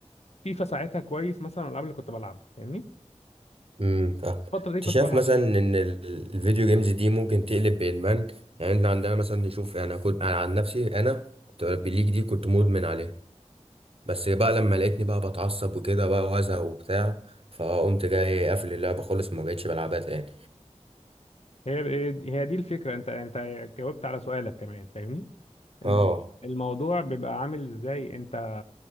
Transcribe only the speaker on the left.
فيفا ساعتها كويس مثلا الالعاب اللي كنت بلعبها فاهمني
الفتره دي
كنت
بلعب
ليه
هي هي دي الفكره انت انت جاوبت على سؤالك كمان فاهمني
ان الموضوع بيبقى عامل ازاي انت